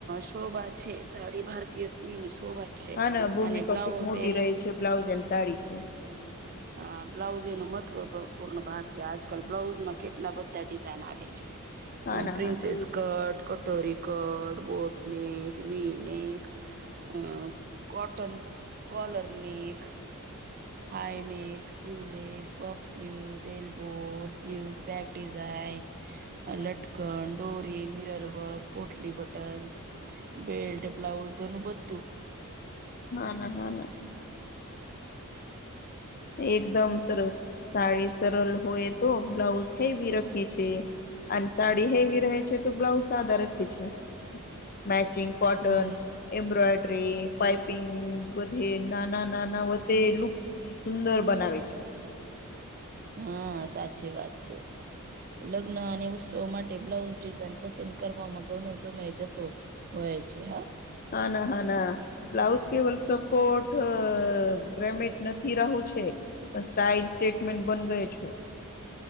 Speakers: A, on the right; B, on the left.
A: શોભા છે સાડી ભારતીય સ્ત્રી ને શોભા છે
B: હા ના ભૂમિકા
A: અને બ્લાઉઝ
B: ખુબ મોટી
A: એનો
B: રહે છે બ્લાઉઝ અને સાડી છે
A: હા બ્લાઉઝ એનો મહત્વપૂર્ણ ભાગ છે આજકાલ બ્લાઉઝ માં કેટલા બધા ડિઝઇન આવે છે
B: હા ના
A: પ્રિન્સેસ
B: હા ના
A: કટ ટરીકડ, બોટનેક, વનેક અ cotton collar neck high neck, sleeveless, puff sleeves, elbow sleeves, back design લટકન, ડોરી, મિરર વર્ક, પોટલી બટન્સ બેલ્ટ બ્લાઉઝ ઘણું બધું
B: હા ના હા ના એકદમ સરસ સાડી સરલ હોય તો બ્લાઉઝ હેવી રખે છે અને સાડી હેવી રહે છે તો બ્લાઉઝ સાદા રખે છે મેચિંગ કોટન
A: બર
B: એમ્બ્રોયડરી પાઈપિંગ બધે નાના નાના વે લુક ને સુંદર બનાવે છે
A: હા સાચી વાત છે લગ્ન અને ઉત્સવ માટે બ્લાઉઝ ડિઝાઇન પસંદ કરવામાં ઘણો સમય જતો હો છે હા.
B: હા ના હાના. બ્લાઉઝ કેવલ સપોટ ગ્રેમેટ નથી રહું છે. પણ સ્ટાઇલ સ્ટેટમેન્ટ બન ગયો છે.